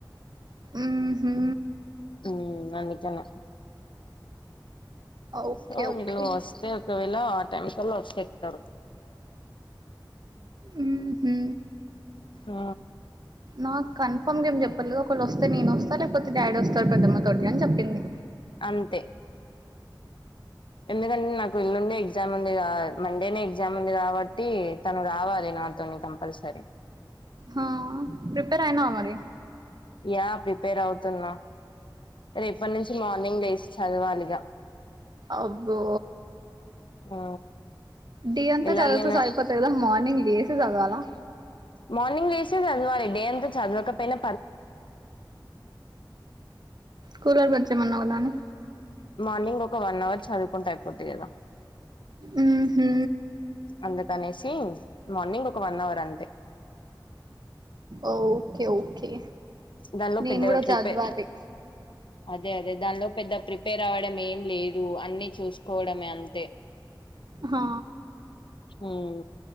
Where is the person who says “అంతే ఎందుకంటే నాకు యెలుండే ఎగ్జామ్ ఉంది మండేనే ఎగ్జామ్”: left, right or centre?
Left